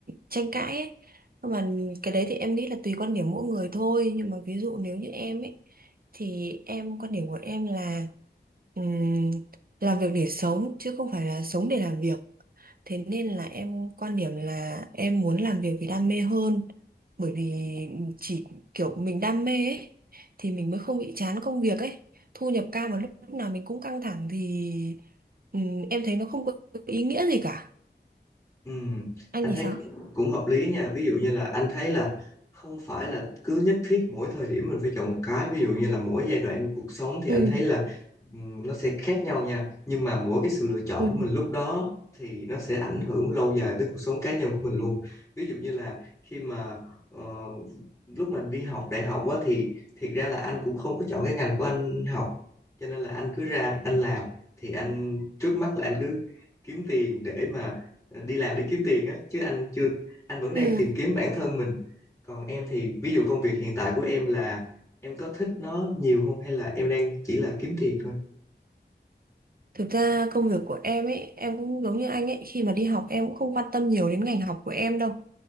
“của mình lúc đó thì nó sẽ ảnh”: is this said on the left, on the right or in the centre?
Left